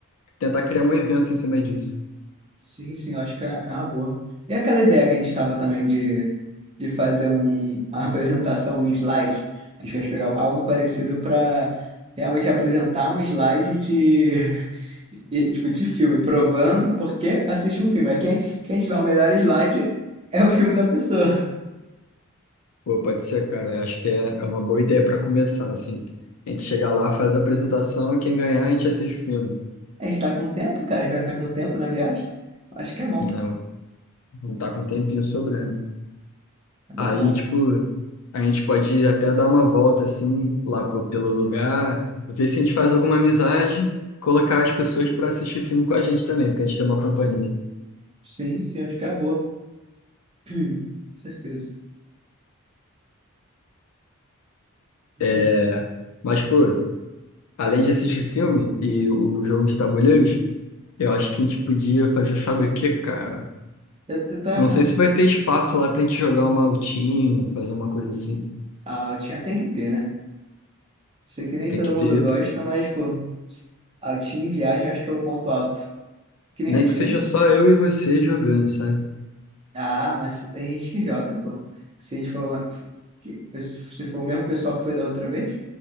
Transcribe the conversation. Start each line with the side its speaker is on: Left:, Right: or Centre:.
Left: tentar
Right: sim.
Left: criar um evento em cima disso.
Right: Sim, sim, eu acho que é é uma boa. E aquela ideia que a gente estava também de, de fazer um, <laughs> uma apresentação em slide? A gente vai pegar algo parecido para realmente apresentar um slide de, <laughs> e, tipo, de filme, provando por que assistir um filme. Aí quem, quem tiver o melhor slide é o filme da pessoa. <laughs>
Left: Pô, pode ser, cara, eu acho que é é uma boa ideia para começar, assim. A gente chegar lá, faz a apresentação, quem ganhar, a gente assiste o filme.
Right: A gente está com tempo, cara, a gente vai estar com tempo na viagem. Acho que é bom.
Left: Não, não tá com um tempinho sobrando.
Right: É
Left: Aí,
Right: bom.
Left: tipo, a gente pode até dar uma volta, assim, lá po- pelo lugar, ver se a gente faz alguma amizade, colocar as pessoas pra assistir filme com a gente também, pra gente ter uma companhia.
Right: Sim, sim, acho que é boa. <clears throat> Com certeza. Tu,
Left: É, Mas, pô, além de assistir filme e o jogo de tabuleiros, eu acho que a gente podia fazer, sabe o que cara?
Right: eu, eu tava
Left: Eu Não
Right: pensando.
Left: sei se vai ter espaço lá pra gente jogar uma altinha, fazer uma coisa assim.
Right: Ah, eu tinha, tem que ter, né? Sei que nem
Left: Tem
Right: todo
Left: que ter,
Right: mundo gosta,
Left: pô.
Right: mas, pô, altinho em viagem acho que é o ponto alto. Que nem
Left: Nem
Right: a gente
Left: que
Right: fez.
Left: seja só eu e você jogando, sabe?
Right: Ah, mas tem gente que joga, pô. Se a gente for, que- se for o mesmo pessoal que foi da outra vez,